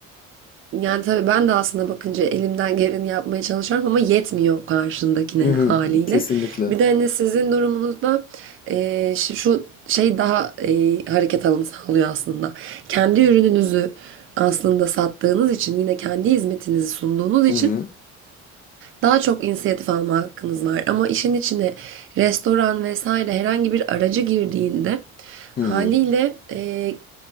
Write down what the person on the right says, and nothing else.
Yani tabii ben de aslında bakınca elimden geleni yapmaya çalışıyorum ama yetmiyor karşındakine
haliyle.
Bir de hani sizin durumunuzda eee, şu şu şey daha eee, hareket alanı sağlıyor aslında. Kendi ürününüzü aslında sattığınız için yine kendi hizmetinizi sunduğunuz
için
daha çok inisiyatif alma hakkınız var. Ama işin içine restoran vesaire herhangi bir aracı girdiğinde
haliyle
e,